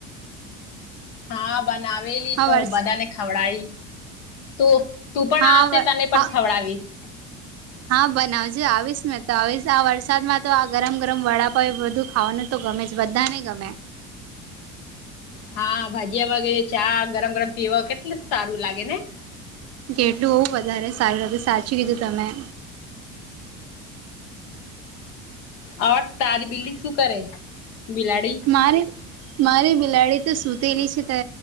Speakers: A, on the left; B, on the right.
A: હા બનાવેલી
B: હા
A: તો
B: વર્ષ
A: બધાને ખવડાયી તું તું પણ
B: હા
A: આવશે
B: વ
A: તને પણ
B: હા
A: ખવડાવીશ
B: હા બનાવજે આવીશ ને તો આવીશ આ વરસાદમાં તો આ ગરમ ગરમ વડાપાય એ બધું ખાવાુંનુ તો ગમે છે, બધાને ગમે
A: હા ભાજીિયા વગેરે ચા ગરમ ગરમ પીવા કેટલું સારું લાગે ને
B: કેટલું હોઉવું વધારે સારુંત સાચું કીધું તમે.
A: હ તારી બીલી શું કરે બિલાડી.
B: મારે મારે બિલાડી તો સૂતેલી છે તે